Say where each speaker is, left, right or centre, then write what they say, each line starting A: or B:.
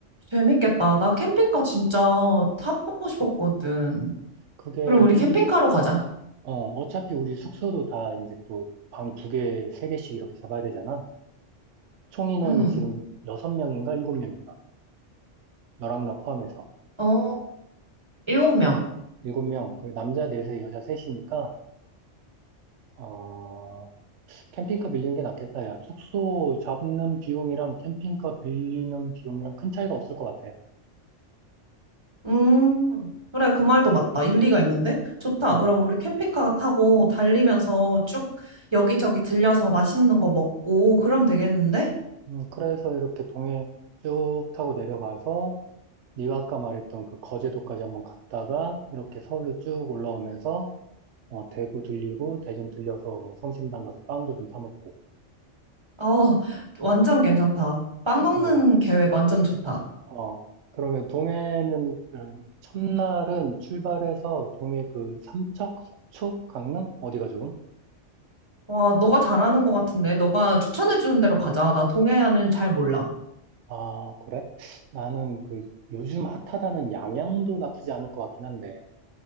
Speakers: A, on the right (about 25°); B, on the right (about 75°).
A: 재밌겠다. 나 캠핑카 진짜 타보고 싶었거든.
B: 그게
A: 그럼 우리
B: 일,
A: 캠핑카로 가자.
B: 어, 어차피 우리 숙소도 다 이제 또 방 두 개, 세 개씩 이렇게 잡아야 되잖아. 총 인원이
A: 응.
B: 지금 6명인가 7명인가? 너랑 나 포함해서
A: 어, 일곱 명.
B: 7명. 그 남자 넷에 여자 셋이니까 어, 캠핑카 빌리는 게 낫겠다. 야, 숙소 잡는 비용이랑 캠핑카 빌리는 비용이랑 큰 차이가 없을 것 같아.
A: 음, 그래, 그 말도 맞다. 일리가 있는데? 좋다.
B: 어.
A: 그럼 우리 캠핑카 타고 달리면서 쭉 여기저기 들려서 맛있는 거 먹고, 그럼 되겠는데?
B: 음, 그래서 이렇게 동해 쭉 타고 내려가서 네가 아까 말했던 그 거제도까지 한번 갔다가 이렇게 서울로 쭉 올라오면서 어, 대구 들리고 대전 들려서 뭐 성심당 가서 빵도 좀 사 먹고
A: 어, 완전 괜찮다. 빵 먹는
B: 어,
A: 계획 완전 좋다.
B: 어, 그러면 동해는 그 첫날은 출발해서 동해 그 삼척, 속초, 강릉 어디가 좋음?
A: 와, 너가 잘하는 것 같은데? 너가 추천해주는 대로 가자. 나 동해안은 잘 몰라.
B: 아, 그래? 나는 그 요즘 핫하다는 양양도 나쁘지 않을 것 같긴 한데.